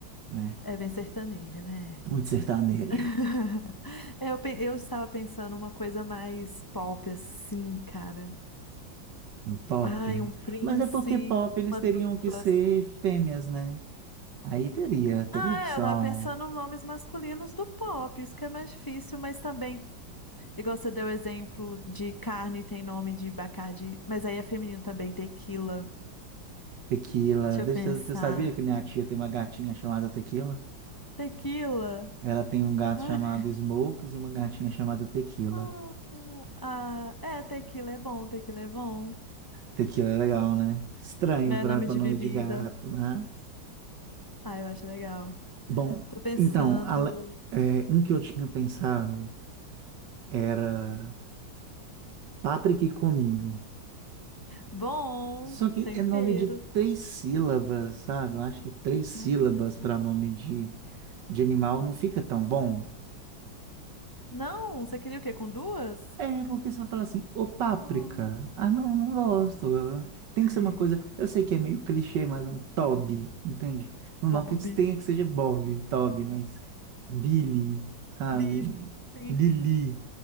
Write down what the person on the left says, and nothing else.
é bem sertaneja, né?
<laughs> É, eu, pe- eu estava pensando uma coisa mais pop, assim, cara.
Ai, um Prince,
uma
dupla,
assim.
Ah,
é, eu tava pensando em nomes masculinos do pop, isso que é mais difícil, mas também. Igual você deu exemplo de carne tem nome de Bacardi, mas aí é feminino também, tequila.
Deixa eu
pensar.
Tequila?
Ah,
ah, ah, é, tequila é bom, tequila é bom.
É
nome de
bebida.
Ah, eu acho legal.
Tô pensando.
Bom,
temperos.
Ah, porque com.
Não, você queria o quê? Com duas?
Ah,
ai,
Bob.
<laughs>
Bife. Sim.